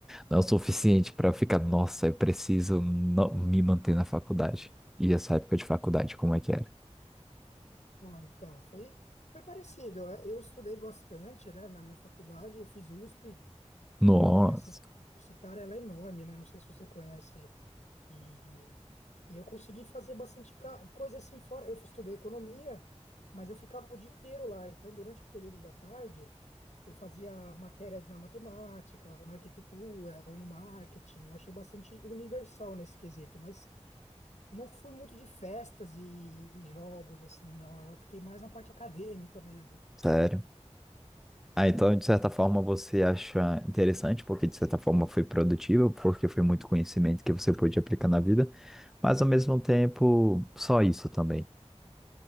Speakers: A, in the centre; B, on the left (about 80°).
A: não é o suficiente pra ficar, nossa, eu preciso no- me manter na faculdade. E essa época de faculdade, como é que era?
B: Ah, então, foi, foi parecido. Eu, eu estudei bastante, né, na minha faculdade, eu fiz USP
A: Nossa,
B: e a cidade universitária ela é enorme, né? Não sei se você conhece. E, e eu consegui fazer bastante ca- coisa assim fora. Eu estudei economia, mas eu ficava o dia inteiro lá. Então, durante o período da tarde. Eu fazia matérias na matemática, ou na arquitetura, ou no marketing. Eu achei bastante universal nesse quesito, mas não fui muito de festas e, e jogos, assim, não. Eu fiquei mais na parte acadêmica mesmo,
A: sério.
B: sério.
A: Ah, então, de certa forma, você acha interessante, porque de certa forma foi produtivo, porque foi muito conhecimento que você pôde aplicar na vida, mas ao mesmo tempo, só isso também.